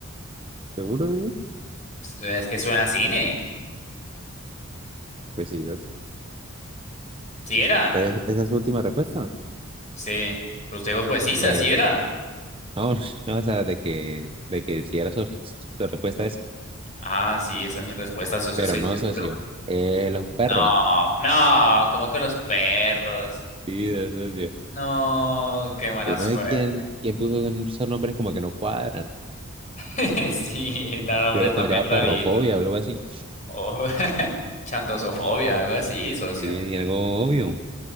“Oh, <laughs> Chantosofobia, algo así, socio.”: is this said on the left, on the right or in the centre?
Left